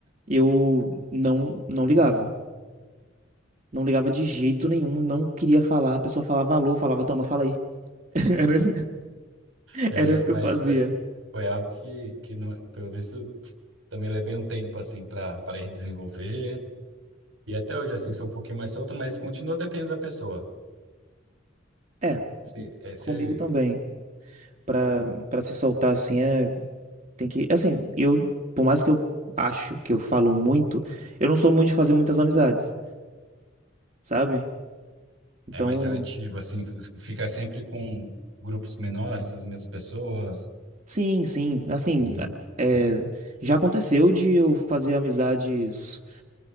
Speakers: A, on the right (about 40°); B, on the right (about 80°).
A: eu não não ligava. Não ligava de jeito nenhum, não queria falar. A pessoa falava alô, falava toma, fala aí. <laughs> Era isso,
B: É,
A: era isso que
B: mas
A: eu fazia.
B: foi, foi algo que, que não, pelo visto, também levei um tempo, assim, para para ir desenvolver. E até hoje, assim, sou um pouquinho mais solto, mas continua dependendo da pessoa.
A: É,
B: Se, é, se,
A: comigo também. Pra, pra se soltar assim, é, tem que. Assim, eu, por mais que eu acho que eu falo muito, eu não sou muito de fazer muitas amizades, sabe? Então,
B: É mais seletivo, assim, f- fica sempre com grupos menores, as mesmas pessoas,
A: sim, sim. Assim,
B: uhum,
A: é, já aconteceu de eu fazer amizades,